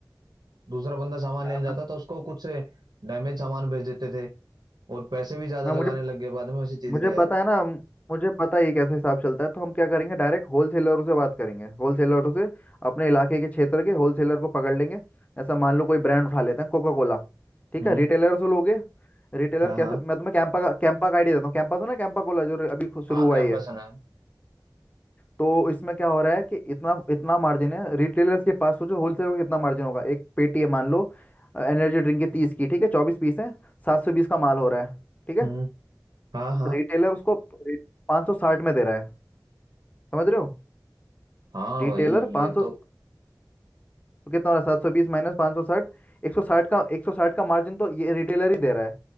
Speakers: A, on the right (about 70°); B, on the left (about 20°).
A: दूसरा बंदा सामान
B: मैं
A: लेने जाता था उसको कुछ से डैमेज सामान भेज देते थे और पैसे भी ज्यादा
B: मैं- मुझे
A: लगाने लग गए बाद में उसी चीज
B: मुझे
A: का यार
B: पता है ना हम- मुझे पता है ये कैसे हिसाब चलता है तो हम क्या करेंगे डायरेक्ट होलसेलरों से बात करेंगे होलसेलरों से अपने इलाके के क्षेत्र के होलसेलर को पकड़ लेंगे ऐसा मान लो कोई ब्रांड उठा लेते हैं कोका कोला ठीक
A: हम्म
B: है रिटेलर से लोगे रिटेलर
A: हाँ
B: कैसे
A: हाँ
B: मैं तुम्हें कैंपा का कैंपा का आइडिया देता हूँ कैंपा सुना है कैंपा कोला जो अभी खु- शुरू
A: हाँ
B: हुआ
A: कैंपस
B: ही है
A: सुना है
B: तो इसमें क्या हो रहा है कि इतना इतना मार्जिन है रिटेलर्स के पास सोचो होलसेलर को कितना मार्जिन होगा एक पेटी है मान लो एनर्जी ड्रिंक की तीस की ठीक है चौबीस पीस है सात सौ बीस का माल हो रहा है ठीक है
A: हम्म हाँ हाँ
B: रिटेलर उसको 560 में दे रहा है समझ रहे हो
A: हाँ
B: रिटेलर
A: भाई
B: पाँच
A: ये तो
B: सौ तो कितना हो रहा है सात सौ बीस माइनस पाँच सौ साठ एक सौ साठ का एक सौ साठ का मार्जिन तो ये रिटेलर ही दे रहा है